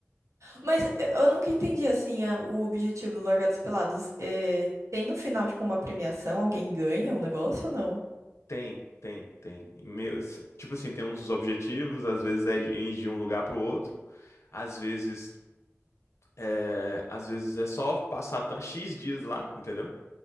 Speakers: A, on the right; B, on the left.
A: Mas eh, eu nunca entendi, assim, a- o objetivo do Largados e Pelados. Eh, tem no final, tipo, uma premiação? Alguém ganha o negócio ou não?
B: Tem, tem, tem. meu, se- tipo assim, tem uns objetivos, às vezes é de ir de um lugar pro outro, às vezes. É, às vezes é só passar ta- X dias lá, entendeu?